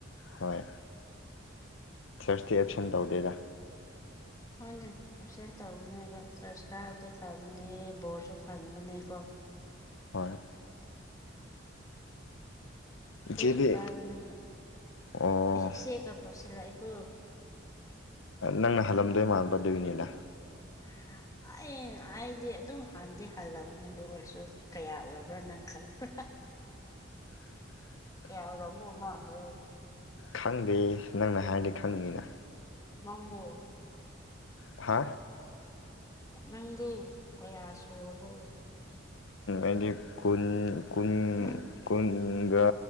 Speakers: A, on the left; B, on the left.
A: ꯍꯣꯏ ꯆꯥꯔꯖꯇꯤ ꯑꯦꯞꯁꯦꯠ ꯇꯧꯗꯦꯗ
B: ꯍꯣꯏꯅꯦ ꯑꯦꯞꯁꯦꯟ ꯇꯧꯒꯅꯣ ꯍꯥꯏꯕ ꯆꯥꯔꯆ ꯀꯥꯕꯗꯤ ꯐꯕꯅꯦ ꯕꯣꯔꯁꯨ ꯐꯪꯒꯅꯦ ꯀꯣ
A: ꯍꯣꯏ
B: ꯑꯩꯈꯣꯏꯁꯨ
A: ꯏꯆꯦꯗꯤ
B: ꯀꯥꯒꯅꯦ
A: ꯑꯣ
B: ꯍꯦ ꯏꯆꯦꯒ ꯀꯧꯁꯤꯜꯂꯛꯏꯦꯀꯣ
A: ꯅꯪꯅ ꯍꯜꯂꯝꯗꯣꯏ ꯃꯥꯟꯕ ꯑꯗꯨꯒꯤꯅꯤꯗ
B: <unintelligible> ꯑꯩ ꯑꯩꯗꯤ ꯑꯗꯨꯝ ꯍꯥꯟꯗꯤ ꯍꯜꯂꯝꯅꯤ ꯑꯗꯨ ꯑꯣꯏꯔꯁꯨ ꯀꯌꯥ ꯑꯣꯏꯕ꯭ꯔꯥ ꯅꯪ ꯈꯪꯕ꯭ꯔꯥ
A: <inaudible>
B: ꯀꯌꯥ ꯑꯣꯏꯔꯝꯗꯣꯏ ꯃꯥꯟꯕ꯭ꯔꯣ
A: ꯈꯪꯗꯦ ꯅꯪꯅ ꯍꯥꯏꯔꯗꯤ ꯈꯪꯅꯤꯅ
B: ꯅꯪꯕꯣ
A: ꯍꯥꯥ
B: ꯅꯪꯗꯤ ꯀꯌꯥ ꯁꯨꯔꯕꯣ
A: ꯑꯗꯤ ꯀꯨꯟ
B: <unintelligible>
A: ꯀꯨꯡꯒ